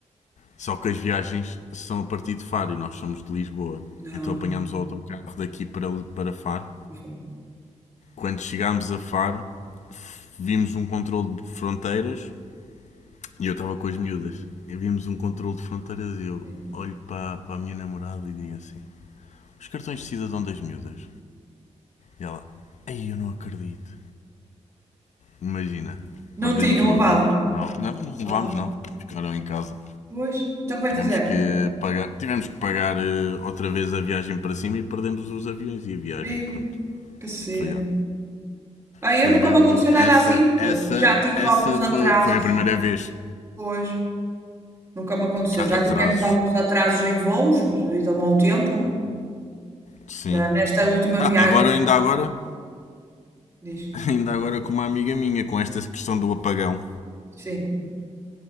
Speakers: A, on the left; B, on the right.
A: Só que as viagens são a partir de Faro e nós somos de Lisboa.
B: Não.
A: Então apanhámos o autocarro daqui para, para Faro.
B: ok.
A: Quando chegámos a Faro, vimos um controle de fronteiras e eu estava com as miúdas. E vimos um controle de fronteiras e eu
B: Sim.
A: olho para, para a minha namorada e digo assim: Os cartões de cidadão das miúdas. E ela: Ei, eu não acredito. Imagina,
B: Não
A: perdemos
B: tinham
A: o
B: levado.
A: avião porque não. Não, não levámos,
B: Ah,
A: não. Ficaram em casa.
B: pois. Então como é
A: Tivemos
B: que fizeram?
A: que pagar, tivemos que pagar eh, outra vez a viagem para cima e perdemos os aviões e a viagem.
B: Ei,
A: Pronto,
B: que cena.
A: foi ó.
B: Ah, eu
A: Foi
B: nunca
A: mesmo
B: me aconteceu nada
A: essa,
B: assim.
A: essa,
B: Eh, Já tive
A: essa
B: alguns atrasos.
A: foi, foi a primeira vez.
B: Pois. Nunca me aconteceu.
A: Ah,
B: Já
A: atrasos,
B: tivemos alguns atrasos em voos, mas devido ao mau tempo,
A: sim.
B: na- nesta última
A: Ah,
B: viagem.
A: agora, ainda agora,
B: Diz.
A: <laughs> ainda agora com uma amiga minha, com esta questão do apagão.
B: Sim.